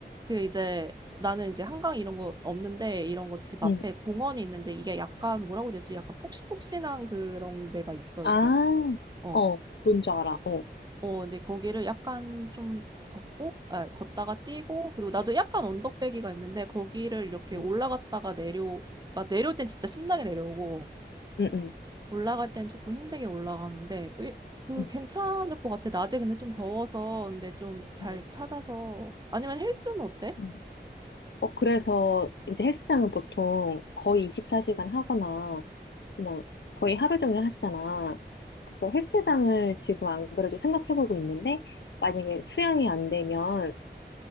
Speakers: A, on the right; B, on the left.
A: 그 이제, 나는 이제 한강 이런 거 없는데, 이런 거 집 앞에
B: 응.
A: 공원이 있는데, 이게 약간 뭐라고 해야 되지? 약간 폭신폭신한 그런 데가 있어,
B: 아,
A: 이렇게. 어,
B: 어, 뭔지 알아. 어, 어,
A: 어, 근데 거기를 약간 좀 걷고, 아, 걷다가 뛰고, 그리고 나도 약간 언덕배기가 있는데, 거기를 이렇게
B: 어,
A: 올라갔다가 내려, 막 내려올 땐 진짜 신나게 내려오고,
B: 응, 응,
A: 올라갈 땐 조금 힘들게 올라가는데 으, 그
B: 응,
A: 괜찮을 것 같아. 낮에 근데 좀 더워서 근데 좀 잘
B: 응.
A: 찾아서 아니면 헬스는 어때?
B: 응. 어, 그래서 이제 헬스장은 보통 거의 24시간 하거나 그냥 거의 하루 종일 하시잖아. 그래서 헬스장을 지금 안 그래도 생각해보고 있는데 만약에 수영이 안 되면